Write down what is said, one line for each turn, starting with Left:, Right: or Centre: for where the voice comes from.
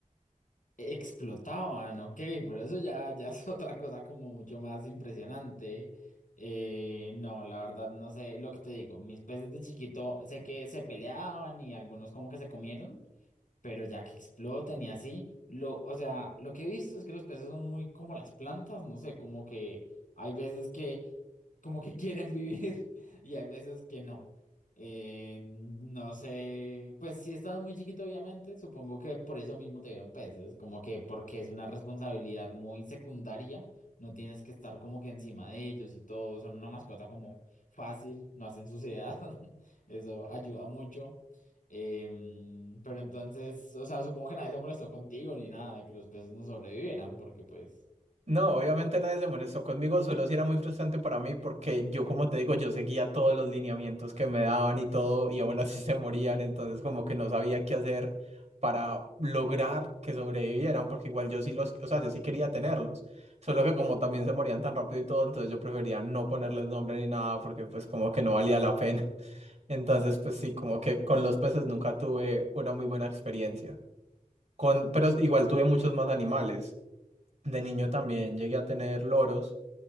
Left: Explotaban, ok, pero eso ya, ya es <laughs> otra cosa como mucho más impresionante. Eh, no, la verdad no sé lo que te digo. Mis peces de chiquito sé que se peleaban y algunos como que se comieron, pero ya que explotan y así, lo, o sea, lo que he visto es que los peces son muy como las plantas, no sé, como que hay veces que como que quieren vivir <laughs> y hay veces que no. Eh, no sé, pues si estás muy chiquito, obviamente, supongo que por eso mismo te dieron peces, como que porque es una responsabilidad muy secundaria, no tienes que estar como que encima de ellos y todo, son una mascota como fácil, no hacen suciedad, <laughs> eso ayuda mucho. Em, pero entonces, o sea, supongo que nadie se molestó contigo ni nada de que los peces no sobrevivieran, porque pues,
Right: No, obviamente nadie se molestó conmigo, solo sí era muy frustrante para mí porque yo, como te digo, yo seguía todos los lineamientos que me daban y todo y aún así <laughs> se morían, entonces como que no sabía qué hacer para lograr que sobrevivieran, porque igual yo sí los, o sea, yo sí quería tenerlos, solo que como también se morían tan rápido y todo, entonces yo prefería no ponerles nombre ni nada porque pues como que no valía la pena. <laughs> Entonces pues sí, como que con los peces nunca tuve una muy buena experiencia. Con, pero igual tuve muchos más animales. De niño también llegué a tener loros.